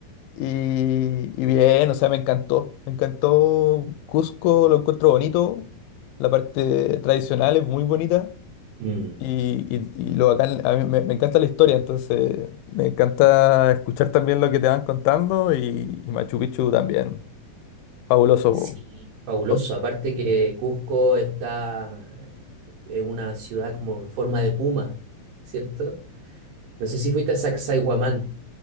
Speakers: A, on the left; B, on the right.
A: y, y bien, o sea, me encantó, me encantó Cusco, lo encuentro bonito, la parte tradicional es muy bonita,
B: Mm.
A: Y, y- y lo bacán, a mí me, me encanta la historia, entonces me encanta escuchar también lo que te van contando y, y Machu Picchu también, fabuloso.
B: Sí, fabuloso.
A: po. O-
B: Aparte que Cusco está en una ciudad como en forma de puma, ¿cierto? No sé si fuiste a Sacsayhuamán.